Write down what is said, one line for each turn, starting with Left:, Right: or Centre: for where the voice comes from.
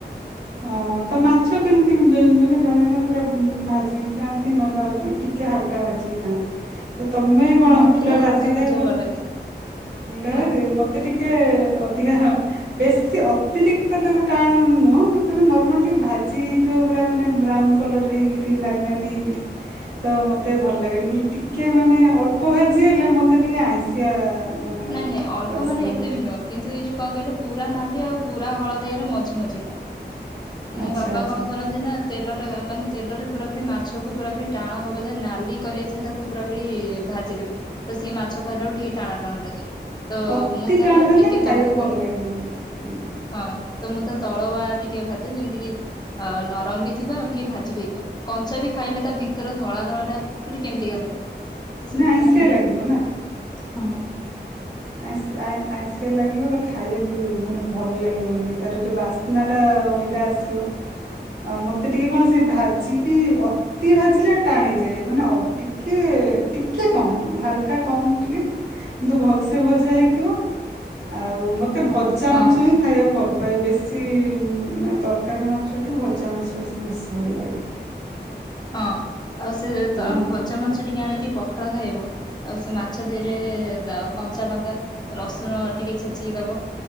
Right: ହଁ ତ ମାଛ କେମିତି ମାନେ ଜଣେ ଜଣେ ପୁରା ଭାଜିକି ଖାଆନ୍ତି ନହେଲେ ଆଉ ଜଣେ ଟିକେ ହାଲକା ଭାଜିକି ଖାଆନ୍ତି। ତ ତମେ କଣ
Left: ମତେ ଟିକେ
Right: ପୁରା
Left: ହାଲକା
Right: ଭାଜିକି
Left: ଭଜା
Right: ଖାଇବାକୁ
Left: ଭଲ ଲାଗେ
Right: ଭଲ <unintelligible>
Left: ନା
Right: ମତେ ଟିକେ
Left: ହଁ
Right: ଅଧିକା ବେଶୀ ଅତିରିକ୍ତ ତ ତାକୁ ଟାଣ ନୁହଁ। ତମେ ନର୍ମାଲ ଟିକେ ଭାଜି ହେଇଥିବ ପୁରା ମାନେ ବ୍ରାଉନ କଲର ହେଇକିରି ନାଲି ନାଲି ହେଇକିରି ତ ମତେ ଭଲ ଲାଗେ ନହେଲେ ଟିକେ ମାନେ ଅଳ୍ପ ଭାଜି ହେଲେ ମତେ ଟିକେ ଆଇଁଷିଆ ମାନେ
Left: ନାଇଁ ନାଇଁ ଅଳ୍ପ
Right: ବାସ୍ନା
Left: ମାନେ ଏତେ
Right: ହୁଏ।
Left: ବି ନୁହଁ କିନ୍ତୁ ଏଇ ଯୋଉ କଣ କହିଲ ପୁରା ନାଲି ଆଉ ପୁରା ହଳଦିଆର ମଝି ମଝିିଟା
Right: ଆଚ୍ଛା
Left: ମୋ ବାପା
Right: ଆଚ୍ଛା
Left: କଣ କରନ୍ତି ନା ତେଲ ଟା ମାନେ ତେଲରେ ପୁରା ପୁରି ମାଛକୁ ପୁରାପରି ଟାଣ ହବା ଯାଏ ନାଲି କରିବା ଯାଏ ତାକୁ ପୁରାପୁରି ଭାଜିଦେବେ। ସିଏ ମାଛ ଖାଇଲାବେଳକୁ ଟିକେ ଟାଣୁଆ ଟାଣୁଆ ଲାଗେ। ତ
Right: ଅତି
Left: ମୁଁ ତାର
Right: ଟାଣ ହେଲେ
Left: ଟିକେ
Right: ଖାଇବାକୁ
Left: ତଳକୁ କରେ
Right: ଭଲ ଲାଗିବନି ହୁଁ,
Left: ହଁ। ତ ମୁଁ ତ ତଳଆ ଟିକେ ଭାଜେ ଯେମିତି କି ଅ ନରମ ବି ଥିବ ଆଉ ଟିକେ ଭାଜି ବି ହେଇଥିବ କଞ୍ଚା ବି ଖାଇଲେ ତା ଭିତର ଧଳା ଧଳା ଟା ଗୋଟେ କେମିତିକା ଲାଗେ। ତ ସେଥିପାଇଁ
Right: ନା ଆଇଁଷିଆ ଲାଗିବ ନା।
Left: ହଁ।
Right: ଆଇ ଆଇଁଶିଆ ଲାଗିବ ତ ଖାଇବା ବି ମାନେ ଭଲ ଲାଗିବନି ତାର ଯୋଉ ବାସ୍ନା ଟା ଅଲଗା ଆସିବ। ଆଉ ମତେ ଟିକେ କଣ ସେ ଭାଜିକି ଅତି ଭାଜିଲେ ଟାଣ ହେଇଯାଏ ମାନେ ଟିକେ ଟିକେ କମ ହାଲକା କମ୍ ଟିକେ କିନ୍ତୁ ଭଲ ସେ ତେ ଭଜା ହେଇଥିବ ଆଉ ମତେ ଭଜା
Left: ହଁ।
Right: ମାଛ ହିଁ ଖାଇବାକୁ ଭଲ ପାଏ ବେଶି ମାନେ ତରକାରୀ ମାଛ ଟୁ ଭଜା ମାଛ ସବୁ ବେଶି ଭଲ ଲାଗେ।
Left: ହଁ ଆଉ ସେ ତ
Right: ହଁ
Left: ଭଜା ମାଛ ଟିକେ ଆଣିକି ପଖାଳ ଖାଇବ ଆଉ ସେ ମା ମାଛ ଧିରେ ଦ କଞ୍ଚା ଲଙ୍କା ରସୁଣ ଟିକେ ଛେଚିକି ଦବ